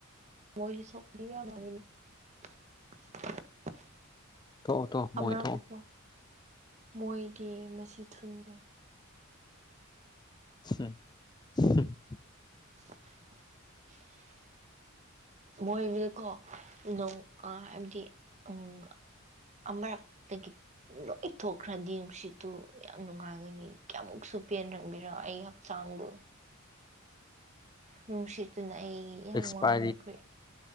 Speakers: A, on the right (about 35°); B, on the left (about 20°).
A: ꯃꯣꯏꯖꯨ ꯊꯣꯛ <unintelligible>
B: ꯊꯣꯛꯑꯣ ꯊꯣꯛꯑꯣ
A: ꯑꯃꯔꯛ
B: ꯃꯣꯏ ꯊꯣꯛꯑꯣ
A: ꯇꯣ ꯃꯣꯏꯒꯤ ꯃꯁꯤ ꯊꯨꯟꯒꯤ
B: ꯍꯝ ꯍꯝ
A: <unintelligible> ꯃꯣꯏꯕꯨꯗꯤꯀꯣ ꯅꯣꯡ ꯑꯥ ꯍꯥꯏꯕꯗꯤ ꯑꯥꯪ ꯑꯃꯔꯛꯇꯒꯤ ꯂꯣꯏ ꯊꯣꯛꯈ꯭ꯔꯗꯤ ꯅꯨꯡꯁꯤꯠꯇꯨ ꯌꯥꯝ ꯅꯨꯡꯉꯥꯏꯒꯅꯤ ꯀꯌꯥꯃꯨꯛꯁꯨ ꯄꯦꯟꯔꯝꯒꯦꯔ ꯑꯩ ꯆꯥꯡꯗꯨ ꯅꯨꯡꯁꯤꯠꯇꯨꯅ ꯑꯩ ꯌꯥꯝ
B: ꯑꯦꯛꯁꯄꯥꯏꯔꯤ
A: ꯋꯥꯍꯟꯈ꯭ꯔꯦ